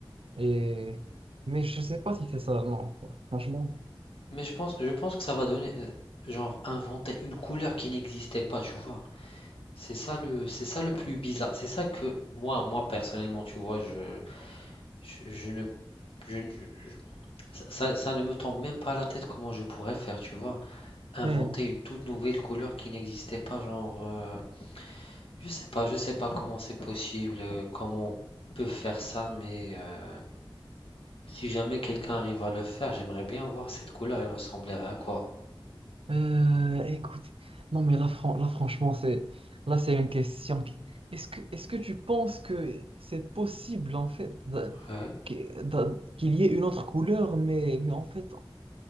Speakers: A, on the right (about 85°); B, on the left (about 80°).
A: Et... Mais je sais pas si c'est ça, non, franchement.
B: Mais je pense, je pense que ça va donner, euh, genre inventer une couleur qui n'existait pas, tu vois. C'est ça le, c'est ça le plus bizarre. C'est ça que moi, moi personnellement, tu vois, je, je, je ne, je- je- je- ça, ça ça ne me tombe même pas à la tête comment je pourrais faire, tu vois. Inventer
A: Hmm.
B: une toute nouvelle couleur qui n'existait pas, genre, euh, je sais pas, je sais pas comment c'est possible, euh, comment on peut faire ça, mais euh, si jamais quelqu'un arrive à le faire, j'aimerais bien voir cette couleur, elle ressemblerait à quoi?
A: Euh, écoute, non mais là, fran- là franchement, c'est là c'est une question. qui- Est-ce que, est-ce que tu penses que c'est possible en fait de-
B: Ouais.
A: que- de- qu'il y ait une autre couleur, mais, mais en fait,